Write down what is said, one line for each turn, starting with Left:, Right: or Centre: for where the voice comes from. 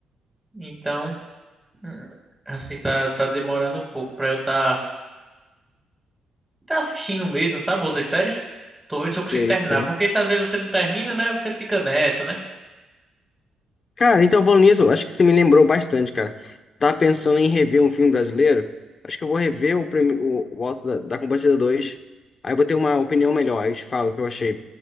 Centre: Então, hum, assim, tá, tá demorando um pouco pra eu tá, tá assistindo mesmo, sabe? Outras séries. Tô vendo se eu consigo
Left: Sei,
Centre: terminar.
Left: sei.
Centre: Porque se às vezes você não termina, né? Você fica nessa, né?
Left: Cara, então, falando nisso, acho que você me lembrou bastante, cara. Tá pensando em rever um filme brasileiro? Acho que eu vou rever o, prime- o, o Auto da, da Compadecida 2, aí eu vou ter uma opinião melhor, aí eu te falo o que eu achei.